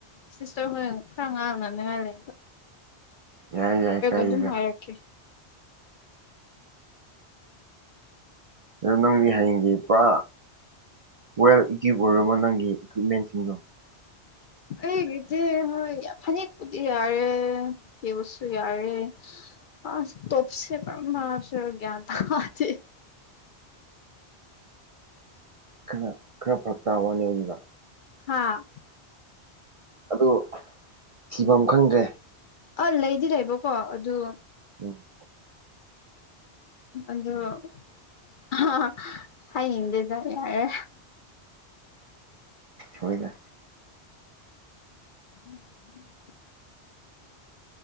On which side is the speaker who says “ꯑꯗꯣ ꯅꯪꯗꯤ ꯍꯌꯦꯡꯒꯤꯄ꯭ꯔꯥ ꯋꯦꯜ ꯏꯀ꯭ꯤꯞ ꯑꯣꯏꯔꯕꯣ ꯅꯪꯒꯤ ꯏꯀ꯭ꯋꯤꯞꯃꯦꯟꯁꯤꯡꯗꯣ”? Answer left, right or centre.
Right